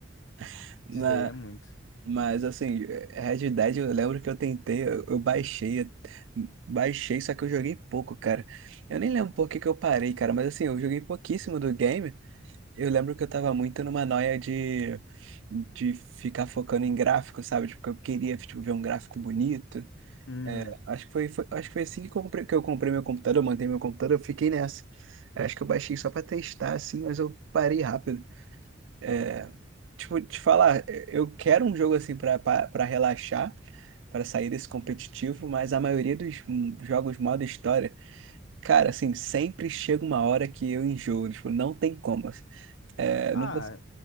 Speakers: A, on the right; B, on the left.
A: <laughs> Na-
B: Isso daí é muito.
A: Mas assim, Red Dead, eu lembro que eu tentei, eu, eu baixei, eu- baixei, só que eu joguei pouco, cara. Eu nem lembro por que que eu parei, cara, mas assim, eu joguei pouquíssimo do game. Eu lembro que eu tava muito numa noia de, de ficar focando em gráfico, sabe? Tipo, que eu queria, tipo, ver um gráfico bonito.
B: Uhum.
A: Acho que foi, foi- acho que foi assim que, comprei, que eu comprei meu computador, eu montei meu computador, eu fiquei nessa. Acho que eu baixei só pra testar, assim, mas eu parei rápido. É, tipo, te falar, eu quero um jogo assim pra pra- pra relaxar, pra sair desse competitivo, mas a maioria dos hum, jogos modo história, cara, assim, sempre chega uma hora que eu enjoo, tipo, não tem como. assim. É,
B: Ah,
A: não, cons-